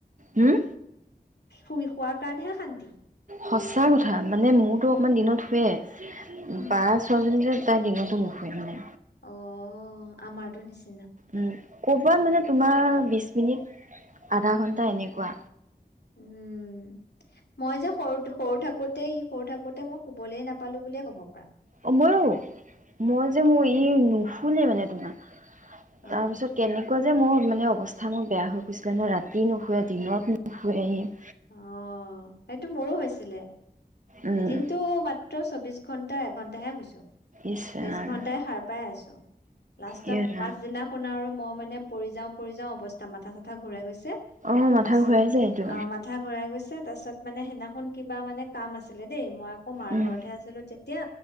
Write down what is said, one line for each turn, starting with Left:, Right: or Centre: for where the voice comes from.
Right: উম
Left: শুই শোৱাৰ কাৰণেহে শান্তি।
Right: সঁচা কথা। মানে মোৰতো
Left: উম,
Right: অকণমান দিনত শোৱে
Left: উম।
Right: বা ছোৱালীজনী যে তাই দিনত টো নুশুৱে মানে।
Left: অ' আমাৰ টো নিচিনা
Right: উম। ক'বাত মানে তোমাৰ বিশ মিনিট আধা ঘন্টা
Left: উ
Right: এনেকুৱা
Left: উম মই যে সৰু সৰু থাকো থাকোতেই ই সৰু থাকোতে মই শুবলে নাপালো বুলিয় ক'ব পাৰা।
Right: অ মইয়ো মই যে মোৰ ই নুফুলে মানে তোমাৰ তাৰপিছত
Left: অ',
Right: কেনেকে এনেকুৱা যে মোৰ মানে অৱস্থা মোৰ বেয়া হৈ গৈছিলে নহয় ৰাতি নুশুৱে দিনত নুশুৱে সি
Left: অ সেইটো মোৰো হৈছিলে
Right: উম
Left: এদিনতো মাত ত চৌবিশ ঘন্টা এঘন্টাহে শুইছো
Right: ইচ
Left: তেইশ
Right: ৰাম
Left: ঘন্টাই সাৰ পাই আছো লাষ্টত
Right: ইয়ে ৰাম
Left: পাছদিনাখন আৰু মই মানে পৰি যাও পৰি যাও অৱস্থা মাথা চাথা ঘূৰাই গৈছে
Right: অ মাথা
Left: তাৰ পিছত
Right: ঘূৰাই যায় এইটো
Left: আহ গৈছে তাৰ পিছত মানে সেই দিনা খন কিবা মানে কাম আছিলে দেই মই আকৌ মাৰ
Right: উম
Left: ঘৰতহে আছিলো তেতিয়া